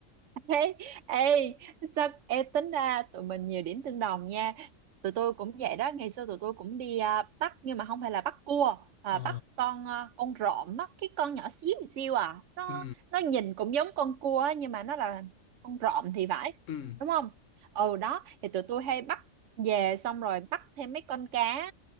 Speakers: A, on the right (about 65°); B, on the left (about 65°).
A: Thế, ê, sao ê, tính ra tụi mình nhiều điểm tương đồng nha. Tụi tôi cũng vậy đó, ngày xưa tụi tôi cũng đi à, bắt nhưng mà không phải là bắt cua, mà
B: ờ
A: bắt con à, con rộm á, cái con nhỏ xíu xíu à. Nó
B: ừ
A: nó nhìn cũng giống con cua á, nhưng mà nó là con rộm thì phải,
B: ừ
A: đúng không? Ừ đó, thì tụi tôi hay bắt về xong rồi bắt thêm mấy con cá